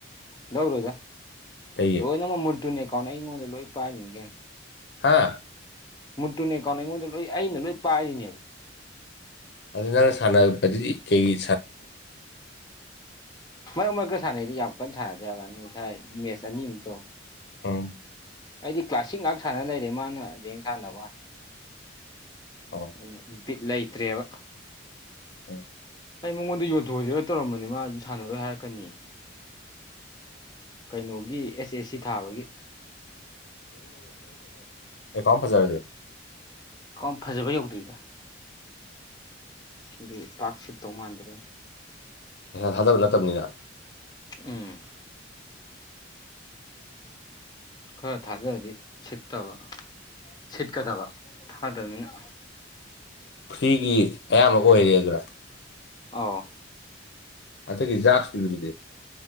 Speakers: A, on the left; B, on the left.
A: ꯂꯧꯧꯔꯣꯏꯗ
B: ꯀꯩꯒꯤ
A: ꯂꯣꯏꯅꯃꯛ ꯃꯨꯟꯇꯨꯅꯦ ꯀꯥꯎꯅ ꯑꯩꯉꯣꯟꯗ ꯂꯣꯏ ꯄꯥꯏꯔꯤꯅꯤ ꯀꯩꯅꯣ
B: ꯍꯥꯥ
A: ꯃꯨꯟꯇꯨꯅꯦ ꯀꯥꯎꯅ ꯑꯩꯉꯣꯟꯗ ꯂꯣꯏ ꯑꯩꯅ ꯂꯣꯏ ꯄꯥꯏꯔꯤꯅꯦꯕ
B: ꯑꯗꯨ ꯅꯪ ꯁꯥꯟꯅꯕꯗꯗꯤ ꯀꯩ
A: ꯃꯔꯛ ꯃꯔꯀ ꯁꯥꯟꯅꯩꯗꯤ ꯌꯥꯝ ꯀꯟꯅ ꯁꯥꯟꯅꯗꯦ ꯍꯥꯏꯕꯅꯤ ꯉꯁꯥꯏ ꯃꯁꯅꯤꯨꯛꯇ
B: ꯍꯝ
A: ꯑꯩꯗꯤ ꯀ꯭ꯂꯥꯁꯤꯛ ꯉꯥꯏꯍꯥꯛ ꯁꯥꯟꯅ ꯂꯩꯔꯦ ꯃꯥꯅ ꯌꯦꯡ ꯁꯥꯟꯅꯕꯥꯟ
B: ꯑꯣ
A: ꯑꯩꯅ ꯕꯤꯠ ꯂꯩꯇ꯭ꯔꯦꯕ
B: ꯍ
A: ꯑꯩ ꯃꯉꯣꯟꯗ ꯌꯣꯟꯊꯣꯛꯑꯁꯤꯔ ꯇꯧꯔꯝꯕꯅꯤ ꯃꯥ ꯑꯗꯨ ꯁꯥꯟꯅꯔꯣꯏ ꯍꯥꯏꯔꯛꯀꯅꯤ ꯀꯩꯅꯣꯒꯤ ꯑꯦꯁ ꯑꯦꯁ ꯁꯤ ꯊꯥꯕꯒꯤ
B: ꯑꯦꯀꯥꯎ ꯐꯖꯔꯦꯗ
A: ꯀ ꯐꯖꯕ ꯌꯧꯗ꯭ꯔꯤꯗ ꯑꯗꯤ ꯄꯥꯔꯁꯤꯞ ꯇꯧ ꯃꯥꯟꯗꯕꯩ
B: ꯊꯥꯗꯕ ꯅꯠꯇꯕꯅꯤꯅ
A: ꯎꯝ ꯈꯔ ꯊꯥꯖꯔꯗꯤ ꯁꯤꯠꯇꯕ ꯁꯤꯠꯀꯗꯕ ꯊꯥꯗꯃꯤꯅ
B: ꯐ꯭ꯔꯤꯒꯤ ꯑꯌꯥꯝꯕ ꯑꯣꯏꯔꯦ ꯑꯗꯨꯔ
A: ꯑ
B: ꯑ ꯀꯖꯥꯞ ꯊ ꯇꯗꯤ